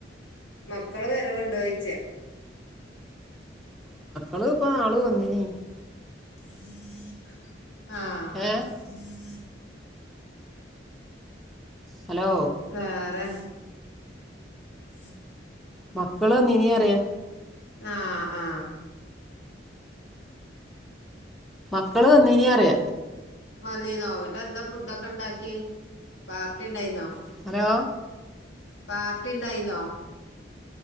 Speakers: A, on the left; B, in the centre.
A: മക്കള് വെറെവണ്ടോിച്ചാ
B: അളവപ്പ അളു വന്നീിന
A: ആഹ
B: ഏഹ് ഹലോ
A: വേറെ ഉം <unintelligible>
B: മക്കള് നീന അറിയ
A: ആഹ ആഹ
B: മക്കള് തന്നിന അറിയ
A: നന്നീന്നോ അങ്ങിട്ട് എന്താ ഫുഡ ഒക്കെ ഉണ്ടാക്കി പാർട്ടി ഉണ്ടായിന്നോ
B: ഹലോ
A: പാർട്ടി ഉണ്ടായിന്നോ